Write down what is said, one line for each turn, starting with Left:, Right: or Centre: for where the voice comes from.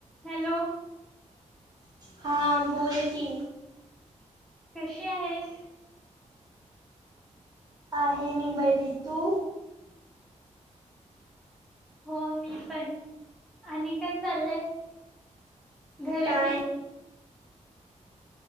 Centre: हॅलो
Right: हां बोल की
Centre: कशी आहेस
Right: आहे मी बरी तू
Centre: हो मी पण आणि काय चाललंय घरातली
Right: काय